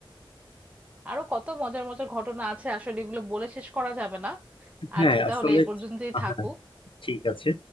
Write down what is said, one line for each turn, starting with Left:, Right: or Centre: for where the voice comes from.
Right: আরো কত মজার মজার ঘটনা আছে আসলে এগুলো বলে শেষ করা যাবে না।
Left: হ্যাঁ
Right: আজকে তাহলে
Left: আসলে
Right: এই পর্যন্তই থাকুক।
Left: হ্যাঁ, ঠিক আছে